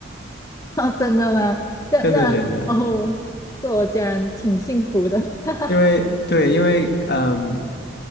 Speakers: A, on the left; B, on the left.
A: <laughs> 哦，真的吗？
B: <laughs>
A: 那那哦，
B: 真的真的。
A: 这我家人挺幸福的。<laughs>
B: 因为对，因为嗯，